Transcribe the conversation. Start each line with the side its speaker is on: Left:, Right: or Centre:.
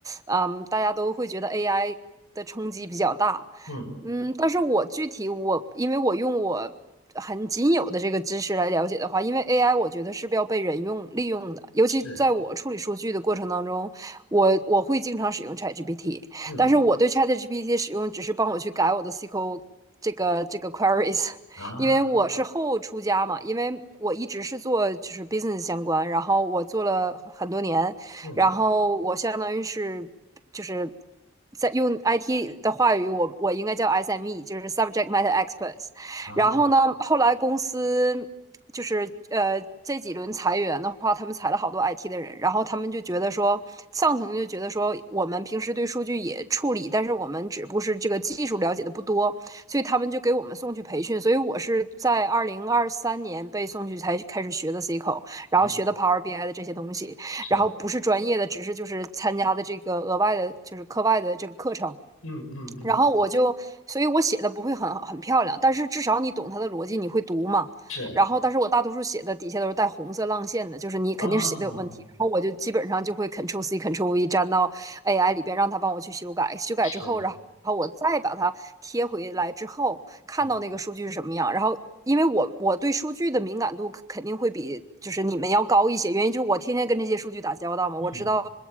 Right: 嗯，大家都会觉得 AI 的冲击比较大。
Left: 嗯。
Right: 嗯，但是我具体我，因为我用我很仅有的这个知识来了解的话，因为 AI 我觉得是要被人用利用的，尤其在我处理数据的过程当中，
Left: 是，
Right: 我我会经常使用 ChatGPT，
Left: 嗯
Right: 但是我对 ChatGPT 的使用只是帮我去改我的 SQL 这个这个 queries，
Left: 啊，
Right: <laughs> 因为我是后出家嘛，因为我一直是做就是 business 相关，然后我做了很多年，
Left: 嗯
Right: 然后我相当于是就是在用 IT 的话语，我我应该叫 SME，就是 Subject Matter Experts。
Left: 啊
Right: 然后呢，后来公司就是呃这几轮裁员的话，他们裁了好多 IT 的人，然后他们就觉得说，上层就觉得说，我们平时对数据也处理，但是我们只不过是这个技术了解的不多，所以他们就给我们送去培训。所以我是在二零二三年被送去才开始学的 SQL，然后学的
Left: 啊，
Right: Power BI 的这些东西。
Left: 是，
Right: 然后不是专业的，只是就是参加的这个额外的，就是课外的这个课程。
Left: 嗯嗯嗯，
Right: 然后我就，所以我写的不会很很漂亮，但是至少你懂它的逻辑，你会读嘛。
Left: 是，
Right: 然后，但是我大多数写的底下都是带红色浪线的，就是你肯定是写的有问题。
Left: 哦，
Right: 然后我就基本上就会 Ctrl C Ctrl V 粘到 AI 里边，让它帮我去修改。修改之后，
Left: 是，
Right: 然后。然后我再把它贴回来之后，看到那个数据是什么样，
Left: 嗯
Right: 然后因为我我对数据的敏感度肯肯定会比就是你们要高一些，原因就是我天天跟这些数据打交道嘛，
Left: 嗯
Right: 我知道